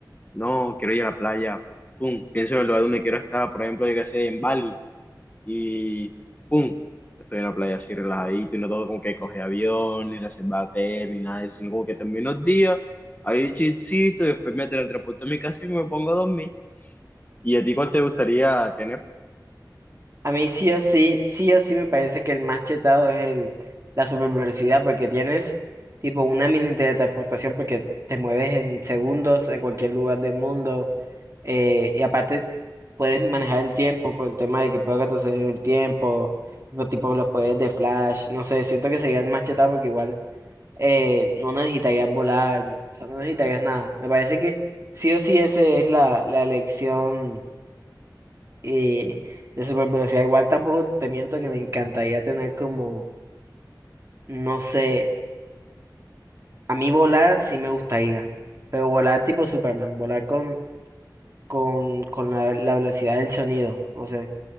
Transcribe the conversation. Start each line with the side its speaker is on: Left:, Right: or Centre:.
Left: no, quiero ir a la playa, pum, pienso en el lugar donde quiero estar, por ejemplo, yo qué sé, en Bali y ¡pum! Estoy en la playa así relajadito y no tengo como que coger avión, ni reservar hotel, ni nada de eso, sino como que termino los días ahí chilcito, y después me teletransporto a mi casa y me pongo a dormir. ¿Y a ti cuál te gustaría tener?
Right: A mí sí o sí, sí o sí me parece que el más chetado es el, la supervelocidad porque tienes tipo una mini teletransportación porque te mueves en segundos en cualquier lugar del mundo eh, y aparte puedes manejar el tiempo por el tema de que puedo retroceder en el tiempo, tipo, tipo los poderes de Flash, no sé, siento que sería el más chetado porque igual eh, no necesitarías volar, o sea, no necesitarías nada. Me parece que sí o sí esa es la, la elección y de super velocidad, igual tampoco te miento que me encantaría tener como, no sé, a mí volar sí me gustaría, pero volar tipo Superman, volar con, con, con la, la velocidad del sonido, no sé,